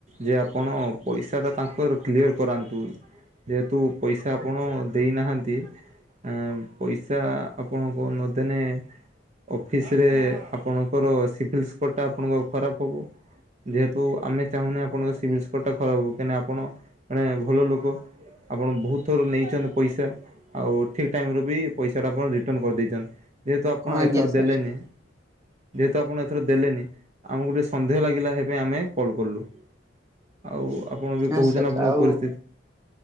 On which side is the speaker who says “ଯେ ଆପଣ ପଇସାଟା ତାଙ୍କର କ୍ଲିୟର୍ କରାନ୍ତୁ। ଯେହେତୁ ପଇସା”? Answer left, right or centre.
Right